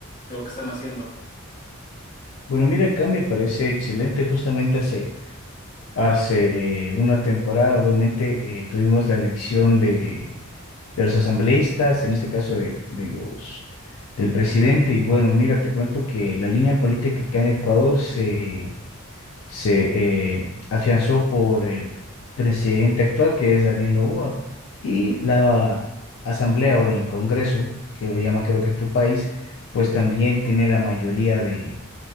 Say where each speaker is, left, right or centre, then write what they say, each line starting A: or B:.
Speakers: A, on the left; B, on the left.
A: de lo que están haciendo?
B: Bueno, mira, acá me parece excelente. Justamente hace, hace una temporada, obviamente, eh, tuvimos la elección de de los asambleístas, en este caso de, de los, del presidente. Y bueno, mira, te cuento que la línea política acá en Ecuador se, se eh, afianzó por el presidente actual, que es Daniel Noboa, y la asamblea o el Congreso, que lo llama creo que tu país, pues también tiene la mayoría de